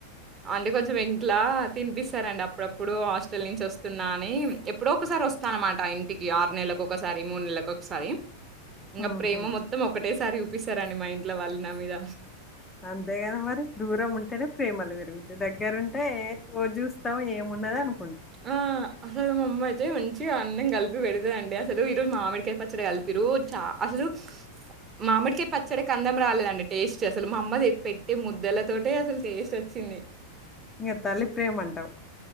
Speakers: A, on the right (about 25°); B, on the left (about 15°).
A: అంటే కొంచెం ఇంట్ల తినిపిస్తారండి అప్పుడు అప్పుడు హాస్టల్ నుంచి వస్తున్నా అని ఎప్పుడో ఒకసారి రోస్తాన్ అన్ మాట ఇంటికి ఆరు నెల్లకు ఒకసారి మూడు నెల్లకు ఒక్ సారి ఇంకా
B: హుహు.
A: ప్రేమ మొత్తం ఒకటేసారి చూపిస్తారండి మా ఇంట్లో వాళ్ళు నా మీద
B: అంతేగాని మరి దూరం ఉంటేనే ప్రేమలు పెరుగుతాయి దగ్గర ఉంటే ఓ జూస్తావ ఏమున్నద అను
A: ఆ అసలు మా అమ్మ అయితే <inaudible> చూ అన్నం కలిపి పెడ్ తా అండి అసలు ఈ రోజు మామిడికాయ పచ్చడి కలిపిరు చ అసలు మామిడికయ్ పచ్చడి కన్నాం రాలేదండి టేస్ట్ అసలు మా అమ్మ పెట్టే ముద్దలతోటే అసలు టేస్ట్ వచ్చింది
B: ఇగ తల్లి ప్రేమంట అవు